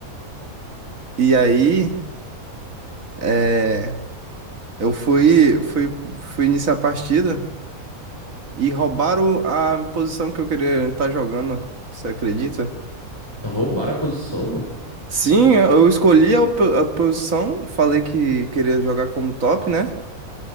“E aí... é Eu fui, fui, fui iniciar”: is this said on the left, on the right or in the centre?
Right